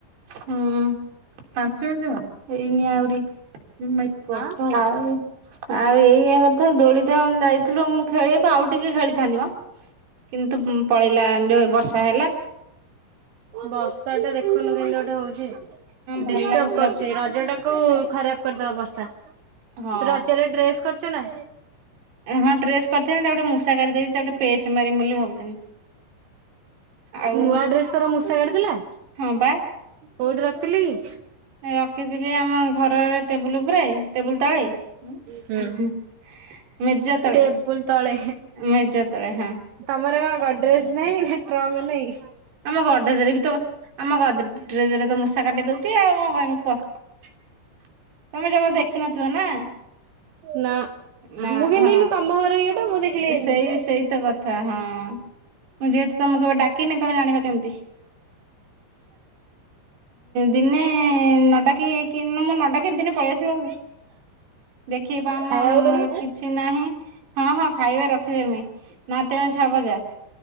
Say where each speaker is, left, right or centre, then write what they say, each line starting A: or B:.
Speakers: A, on the right; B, on the right.
A: ହୁଁ ପାଞ୍ଚ ମିନିଟ ଯଣ ହେଇନି ଆହୁରି। କୁହନ୍ତୁ
B: ଆଁ
A: ଆଉ ଆଉ ଏଇଆ କଥା ଦୋଳିିତ ଯାଇଥିଲୁ ମୁଁ ଖେଳିବାକୁ ଆଉ ଟିକେ ଖେଳିଥାନ୍ତି ମ। କିନ୍ତୁ ପଳେଇଲା ଯଉ ବର୍ଷା ହେଲା।
B: ବର୍ଷା ଟା ଦେଖୁନୁ କିନ୍ତୁ ଗୋଟେ ହଉଛି
A: ଭଲ
B: ଡିଷ୍ଟର୍ବ
A: ଲାଗୁଥିଲା
B: କରୁଛି ରଜ ଟା କୁ। କ ଖରାପ କରିଦବା ବର୍ଷା
A: ହଁ।
B: ରଜରେ ଡ୍ରେସ୍ କରଛ ନା।
A: ହଁ ଡ୍ରେସ କରିଥିଲି ତାକୁ ଗୋଟେ ମଷା କରି ଦେଇଛି ତା ଗଟେ ପେଚ ମାରି ବୋଲି ଭାବୁଥିଲି। ଆଉ
B: ନୂଆ ଡ୍ରେସ୍ ତର ମୂଷା କାଟିଦେଲା
A: ହଁ ବା
B: କୋଉଠି ରଖିଥିଲେ କି,
A: ରଖିଥିଲି ଆମ ଘରରେ ଟେବୁଲ ଉପରେ ଟେବୁଲ ତଳେ ହିଁ
B: କି?
A: ଇ। ମେଜ ତଳେ
B: ଟେବୁଲ ତଳେ
A: ମେଜ ତଳେ ହଁ।
B: ତମର ବା ଗଡରେଜ ନାଇଁ ନା ଟ୍ରଙ୍କ ନାଇଁ।
A: ଆମ ଗଡ଼ରେଜ ରେ ବି ତବ। ଆମ ଗଡ଼ରେଜରେ ତ ମୂଷା କାଟିଦଉଚି ଆଉ କଣ କହିମି କୁହ? ତମେ ଜମା ଦେଖିନଥିବ ନା?
B: ନା।
A: ନା
B: ମୁଁ କେମିତି
A: ହଁ
B: ଦେଖିଲି ତମ ଘର ଇଏଟା ମୁଁ ଦେଖିଲି କେମିତି?
A: ସେଇ ସେଇତ କଥା ହଁ। ମୁଁ ଯେହେତୁ ତମକୁ କେବେ ଡାକିନି ତମେ ଜାଣିବ କେମିତି। ଦିନେ ନଡ଼ାକିକି ମୁଁ ନଡାକେ ଦିନେ ପଳେଇ ଆସିବ। ଦେଖୀବ ଆମର
B: ଖାଇବାକୁ ଦବୁ?
A: କିଛି ନାହିଁ ହଁ ହଁ। ଖାଇବା ରଖିଦେମି ନ ତିଅଣ ଛଅ ବଜା